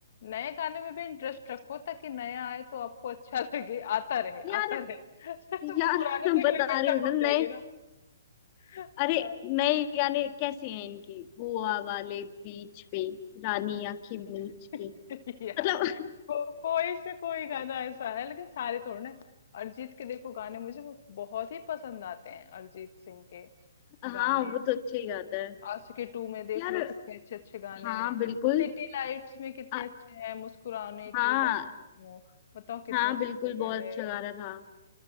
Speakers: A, on the left; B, on the left.
A: नए गाने में भी इंटरेस्ट रखो ताकि नया आए तो आपको अच्छा <laughs> लगे आता रहे
B: यार
A: आता रहे <laughs> तो
B: यार
A: वो पुराने
B: <laughs>
A: तो एक
B: बता
A: लिमिट
B: रही
A: तक
B: हूँ ना
A: हो
B: नए
A: जाएगी ना हाँ।
B: अरे नए गाने कैसे हैं इनके गोवा वाले बीच पे रानी आंखें मीच
A: <laughs>
B: के
A: यार
B: मतलब
A: को, कोई से कोई गाना ऐसा है लेकिन सारे थोड़े ना अरिजीत के देखो गाने मुझे बहुत ही पसंद आते हैं अरिजीत सिंह के
B: <laughs> हाँ
A: गाने
B: वो तो अच्छे ही गाता है
A: आशिकी टू में देख
B: यार
A: लो कितने अच्छे अच्छे गाने
B: हाँ
A: हैं
B: बिल्कुल
A: सिटी लाइट्स में कितने
B: अ,
A: अच्छे हैं मुस्कुराने की
B: हाँ
A: वजह वो बताओ कितने
B: हाँ
A: अच्छे
B: बिल्कुल
A: अच्छे
B: बहुत
A: गाने
B: अच्छा
A: हैं
B: गा रहा था